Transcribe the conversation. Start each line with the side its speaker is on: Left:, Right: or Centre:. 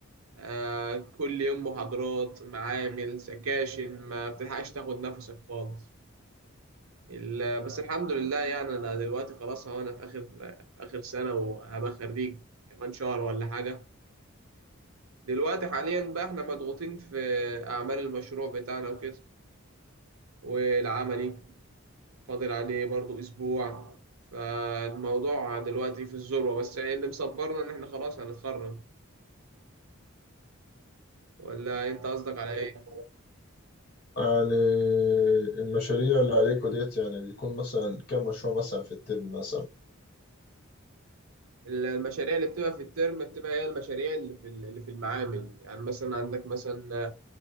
Right: آه كل يوم محاضرات معامل سكاشن ما بتلحقش تاخد نفسك خالص ال- بس الحمد لله يعني أنا دلوقتي خلاص هو أنا في آخر في آخر سنة وهبقى خريج كمان شهر ولا حاجة دلوقتي حاليا بقى احنا مضغوطين في أعمال المشروع بتاعنا وكده والعملي فاضل عليه برضو أسبوع فالموضوع دلوقتي في الذروة بس اللي مصبرنا إن احنا خلاص هنتخرج ولا أنت قصدك على إيه؟
Left: يعني المشاريع اللي عليكوا ديت يعني بيكون مثلا كام مشروع مثلا في الترم مثلا
Right: المشاريع اللي بتبقى في الترم بتبقى هي المشاريع اللي في اللي في المعامل يعني مثلا عندك مثلا